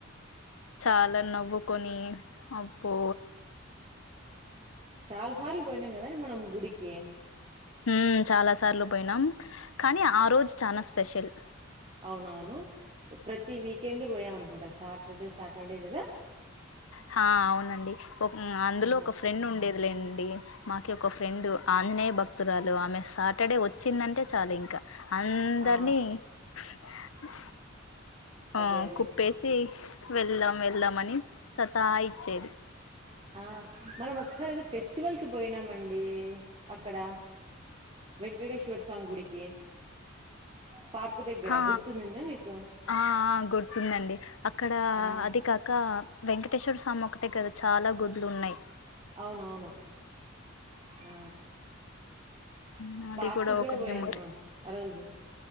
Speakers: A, on the left; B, on the right.
A: చాలా నవ్వుకొని అబ్బొ
B: చాలా సార్లు పోయినాం కదండి మనం గుడి కి
A: హుమ్ చాలా సార్లు పోయినాం కానీ ఆ రోజు చానా స్పెషల్
B: అవునవును ప్రతి వీకెండ్ పోయామనుకుంటా. సాటర్డే సాటర్డే కదా.
A: హా అవునండి ఒకఅందులో
B: ఆ
A: ఒక ఫ్రెండ్ ఉండేది లేండి మాకి ఒక ఫ్రెండు ఆంజనేయ భక్తురాలు. ఆమె సాటర్డే వచ్చిందంటే చాలుఇంక. అందరినీ
B: ఆ
A: హ ఆ
B: అదే అదే
A: కుప్పేసి వెళ్దాం వెళ్దాం అని సతా ఇచ్చేది
B: ఆ మనం ఒకసారి ఏదో ఫెస్టివల్ కి పోయినామండి. అక్కడ వెంకటేశ్వర స్వామి గుడికి పార్క్. దగ్గర
A: హ
B: గుర్తుందిందా మీకు
A: ఆ ఆ గుర్తుందండి. అక్కడ
B: ఆ
A: అది కాక వెంకటేశ్వర స్వామి ఒకటే కదా. చాలా గుర్ లో ఉన్నయ్
B: అవునవును ఆ
A: మ్అది
B: పార్క్
A: కూడా ఒక మెమోరీ
B: పోయాం మనం ఆ రోజు